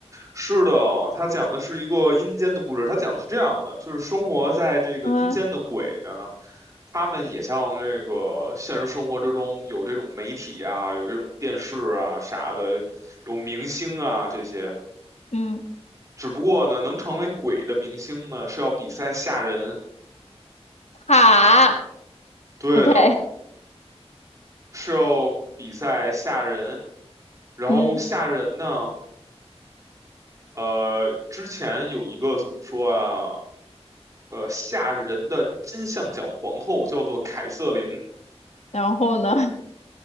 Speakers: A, on the right; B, on the left.
A: 是的，他讲的是一个阴间的故事。他讲的是这样的，就是生活在这个阴间的鬼呢，
B: 嗯
A: 他们也像这个现实生活之中有这种媒体啊，有这种电视啊啥的，有明星啊这些。
B: 嗯，
A: 只不过呢，能成为鬼的明星呢，是要比赛吓人。
B: 好
A: 对的，
B: ，OK，
A: 是要比赛吓人。然后吓人呢。
B: 嗯，
A: 呃，之前有一个怎么说啊？呃，吓人的金像奖皇后叫做凯瑟琳。
B: 然后呢？